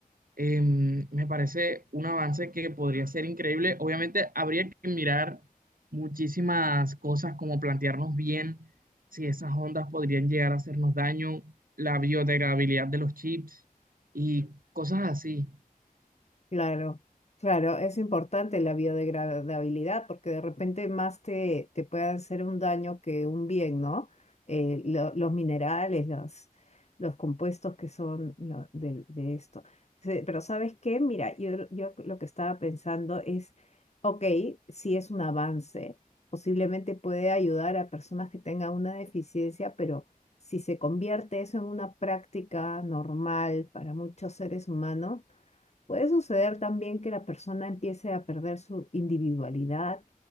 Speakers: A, on the right; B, on the left.
A: eh, me parece un avance que podría ser increíble. Obviamente habría que mirar muchísimas cosas como plantearnos bien si esas ondas podrían llegar a hacernos daño, la biodegradabilidad de los chips y cosas así.
B: Claro, claro, es importante la biodegradabilidad porque de repente más te, te puede hacer un daño que un bien, ¿no? Eh, lo- los minerales, los, los compuestos que son lo- del- de, esto. Se- Pero ¿sabes qué? Mira, yo, yo lo que estaba pensando es, ok, si es un avance, posiblemente puede ayudar a personas que tengan una deficiencia, pero si se convierte eso en una práctica normal para muchos seres humanos, Puede suceder también que la persona empiece a perder su individualidad